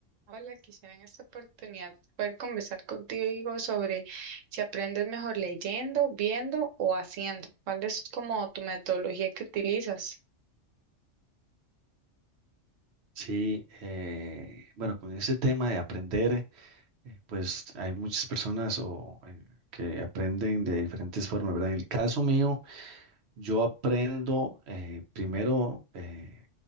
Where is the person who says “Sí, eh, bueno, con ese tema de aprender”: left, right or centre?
Right